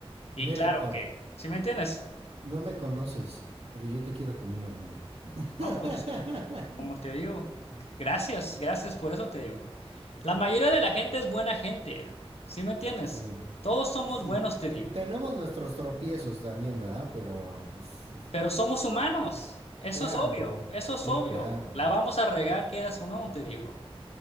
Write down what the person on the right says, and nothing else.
Mira,
Héctor.
No me conoces, pero yo te quiero como un hermano. <laughs>
sí.
Sí,
te-
tenemos nuestros tropiezos también, ¿verdad? Pero, pues, es-
claro,
sí,
claro.